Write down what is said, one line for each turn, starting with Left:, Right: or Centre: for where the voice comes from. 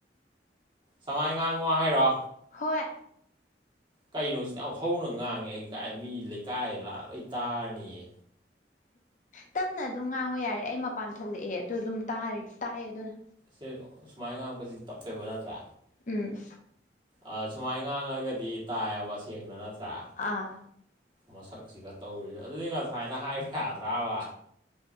Right: ꯁꯃꯥꯏ ꯉꯥꯡꯉꯣ ꯍꯥꯏꯔꯣ
Left: ꯍꯣꯏ
Right: ꯀꯩꯅꯣ ꯁꯤꯗꯤ ꯌꯥꯝ ꯍꯧꯅ ꯉꯥꯡꯉꯦ ꯑꯩ ꯀꯥꯏ ꯃꯤ ꯂꯩꯀꯥꯏ ꯂꯥꯛꯑ ꯂꯣꯏ ꯇꯥꯥꯔꯅꯤꯌꯦ
Left: ꯇꯞꯅ ꯑꯗꯨꯝ ꯉꯥꯡꯉꯣ ꯌꯥꯔꯦ ꯑꯩ ꯃꯄꯥꯟ ꯊꯣꯛꯂꯛꯑꯦ ꯑꯗꯨ ꯑꯗꯨꯝ ꯇꯥꯔꯦ ꯇꯥꯏꯑꯦ ꯑꯗꯨꯅ
Right: ꯁꯦ ꯁꯨꯃꯥꯏꯅ ꯉꯥꯡꯉꯛꯄꯁꯤꯗꯤ ꯇꯞꯄꯦꯕ ꯅꯠꯇ꯭ꯔꯥ
Left: ꯎꯝ
Right: ꯑꯥ ꯁꯨꯃꯥꯏ ꯉꯥꯡꯉꯒꯗꯤ ꯇꯥꯏꯑꯦꯕ ꯁꯦꯡꯅ ꯅꯠꯇ꯭ꯔꯥ
Left: ꯑꯥ
Right: ꯃꯁꯛꯁꯤꯒ ꯇꯧꯔꯤꯁꯦ ꯑꯗꯨꯗꯤ ꯉꯁꯥꯏꯅ ꯍꯥꯏꯕ ꯌꯥꯗ꯭ꯔꯕ